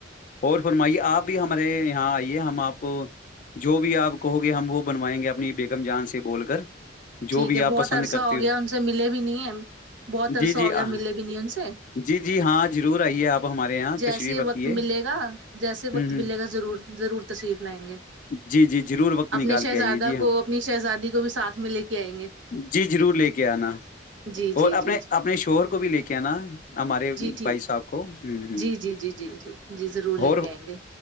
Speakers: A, on the left; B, on the right.
A: اور فرمائیے آپ بھی ہمارے یہاں آئیے ہم آپ کو جو بھی آپ کہو گے ہم وہ بنوائیں گے اپنی بیگم جان سے بول کر
B: ٹھیک
A: جو بھی
B: ہے
A: آپ
B: بہت
A: پسند
B: عرصہ
A: کرتے
B: ہو گیا ان سے ملے بھی نہیں ہیں بہت عرصہ
A: جی جی
B: ہو گیا
A: آ-
B: ملے بھی نہیں ان سے
A: جی جی ہاں ضرور آئیے آپ ہمارے یہاں
B: جیسے
A: تشریف
B: ہی
A: رکھیے
B: وقت ملے گا جیسے
A: ہ ہ
B: وقت ملے گا ضرور ضرور تشریف لائیں گے
A: جی جی ضرور وقت نکال
B: اپنے شہزادہ
A: کے آئیے جی ہاں
B: کو اپنی شہزادی کو بھی ساتھ میں لے کے آئیں گے
A: جی ضرور لے کے آنا
B: جی جی
A: اور اپنے
B: جی
A: اپنے شوہر کو بھی لے کے آنا ہمارے
B: جی ٹھیک
A: بھائی صاحب کو ہوں
B: جی جی جی جی جی جی ضرور لے
A: اور
B: کے آئیں گے